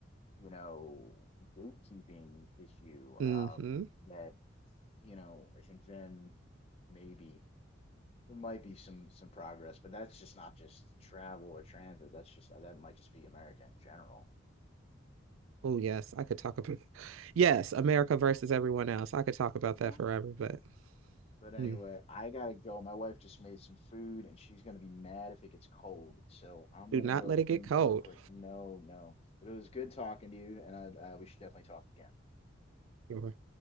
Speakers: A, on the left; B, on the right.
A: you know gatekeeping issue
B: Mm-hmm.
A: um, that you know I think then maybe there might be some some progress, but that's just not just travel or transit. That's just uh, that might just be America in general.
B: Oh, yes. I could talk about, <laughs> yes, America versus everyone else. I could talk about that
A: hmm
B: forever, but
A: But anyway,
B: mm,
A: I gotta go. My wife just made some food, and she's gonna be mad if it gets cold. So I'm
B: do
A: gonna
B: not
A: go
B: let it get
A: eat
B: cold.
A: real quick. No, no. But it was good talking to you, and I, uh, we should definitely talk again.
B: Sure.